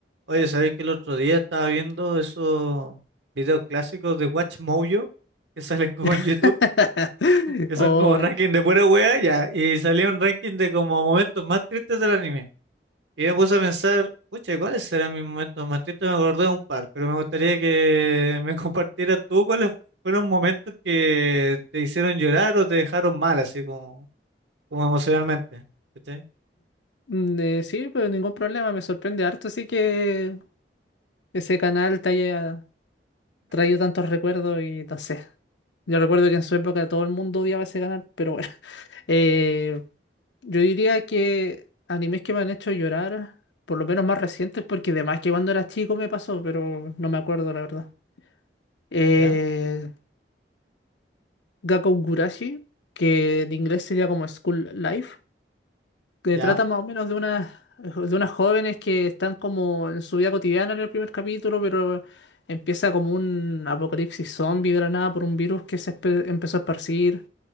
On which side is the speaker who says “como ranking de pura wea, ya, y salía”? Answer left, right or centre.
Right